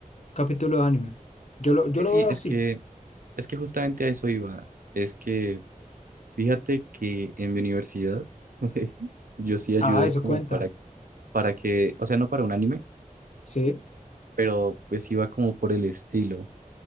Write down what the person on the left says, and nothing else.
capítulo de anime. Yo lo, yo
lo
veo
así.
Ah, eso
cuenta.
Sí.